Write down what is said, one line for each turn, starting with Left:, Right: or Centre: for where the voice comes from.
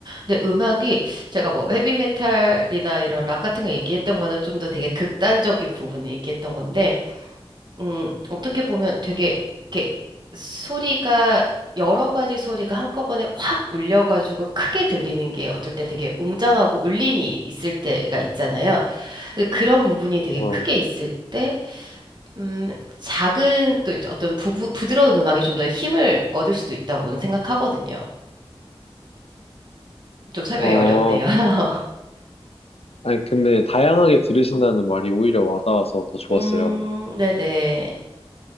Right: 근데 음악이 제가 뭐 헤비메탈이나 이런 락 같은 거 얘기했던 거는 좀 더 되게 극단적인 부분을 얘기했던 건데, 음, 어떻게 보면 되게 이렇게 소리가 여러 가지 소리가 한꺼번에 확 울려가지고 크게 들리는 게 어쩔 땐 되게 웅장하고 울림이 있을 때가 있잖아요. 근데 그런 부분이 되게
Left: 어,
Right: 크게 있을 때 음, 작은 또 이제 어떤 부부, 부드러운 음악에 좀 더 힘을 얻을 수도 있다고는 생각하거든요. 좀 설명이
Left: 어,
Right: 어렵네요. <laughs>
Left: 아니, 근데 다양하게 들으신다는 말이 오히려 와닿아서 더 좋았어요.
Right: 음, 네네.